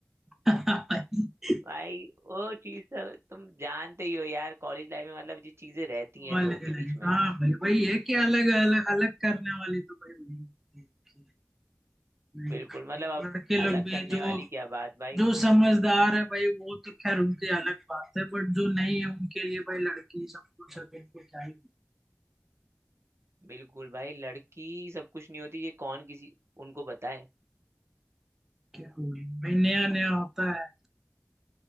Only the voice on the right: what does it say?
भाई वो चीज तो तुम जानते ही हो यार कॉलेज लाइफ में मतलब ये चीजें रहती हैं
लोगों के बीच
में
बिल्कुल
मतलब अब
अलग
करने
वाली क्या बात भाई
बिल्कुल भाई लड़की सब कुछ नहीं होती ये कौन किसी उनको बताए